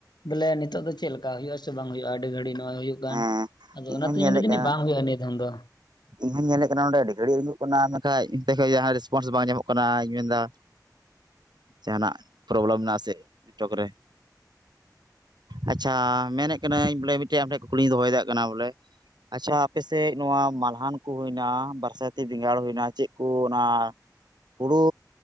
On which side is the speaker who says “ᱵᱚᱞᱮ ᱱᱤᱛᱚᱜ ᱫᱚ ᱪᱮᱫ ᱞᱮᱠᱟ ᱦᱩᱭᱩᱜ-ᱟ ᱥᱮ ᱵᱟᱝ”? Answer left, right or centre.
Left